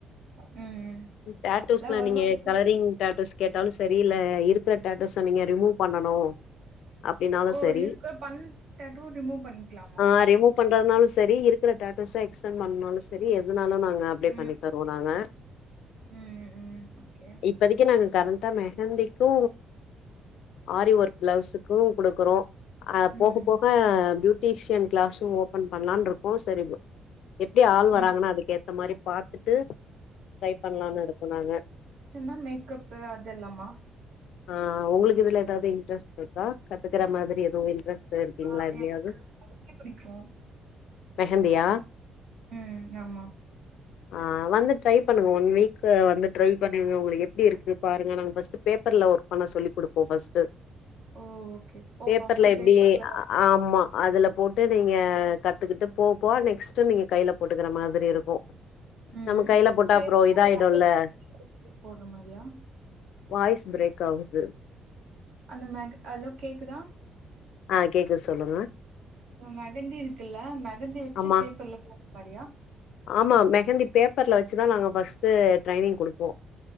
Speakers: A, on the right (about 80°); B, on the left (about 80°).
A: ம், ம்.
B: டேட்டூஸ்லா
A: எல்லாம் வருவாங்க
B: நீங்க கலரிங் டேட்டூஸ் கேட்டாலு சரி இல்ல இருக்கற டேட்டூஸ நீங்க ரிமூவ் பண்ணனு அப்டின்னாலு
A: ஓ
B: சரி
A: இருக்க பண் டேட்டூ ரிமூவ் பண்ணிக்கலாமா
B: ஆ ரிமூவ் பண்றதுனாலு செரி இருக்கற டேட்டூஸ எக்ஸ்டண்ட் பண்ணாலு செரி எதுனாலு நாங்க அப்டே
A: ம்,
B: பண்ணி தருவோ நாங்க
A: ம் ம் ஓகே
B: இப்பதிக்கு நாங்க கரண்ட்டா மெஹந்திக்கு ஆரி ஒர்க் ப்ளவுஸுக்கு குடுக்கறோ அ
A: ம்,
B: போக போக ப்யூட்டீஷியன் க்ளாஸு ஓப்பன் பண்லான்ருக்கோ செரி எப்டி ஆள்
A: ம்,
B: வராங்கன்னா அதுக்கேத்த மாரி பாத்துட்டு ட்ரை பண்லானுருக்கோ நாங்க
A: சின்னா மேக்கப்பு அதெல்லாமா
B: ஆ உங்ளுக்கு இதுல எதாவ்து இன்ட்ரெஸ்ட்ருக்கா கத்துக்கற மாதிரி எதுவு இன்ட்ரெஸ்ட் டா இருக்கீங்ளா
A: ஆ
B: எதுலயாவ்து
A: எனக்கு அதுக்கே பிடிக்கும்.
B: மெஹந்தியா
A: ம் ஆமா
B: ஆ வந்து ட்ரை பண்ணுங்க ஒன் வீக்கு வந்து ட்ரை பண்ணுங்க உங்களுக் எப்டி இருக்கு பாருங்க நாங்க ஃபஸ்ட்டு பே ப்பர்ல ஒர்க் பண்ண சொல்லி குடுப்போ ஃபஸ்ட்டு
A: ஓ ஓகே. ஓ
B: பேப்பர்ல
A: ஃபர்ஸ்ட்டு
B: எப்டி
A: பேப்பர்ல
B: அ
A: தான்
B: அ ஆமா
A: பண்ணுவா.
B: அதுல போட்டு நீங்க கத்துக்கிட்டு போ போ நெக்ஸ்ட்டு நீங்க கைல போட்டுக்கிற மாதிரி இருக்கு
A: ம்,
B: நம்ம கைல
A: ம்.
B: போட்டா
A: பேப்பர்
B: அப்றோ இதாய்டுல்ல
A: அந்த மெஹந்தி போடுற மாரியா?
B: வாய்ஸ் ப்ரேக் ஆகுது
A: அந்த மெக் அலோ கேக்குதா
B: ஆ கேக்குது சொல்லுங்க
A: ம் மெகந்தி இருக்குல்ல மெகந்தி வெச்சு
B: ஆமா
A: பேப்பர்ல போட்ற மாரியா
B: ஆமா மெஹந்தி பேப்பர்ல வச்சுதா நாங்க ஃபஸ்ட்டு ட்ரைனிங் குடுப்போ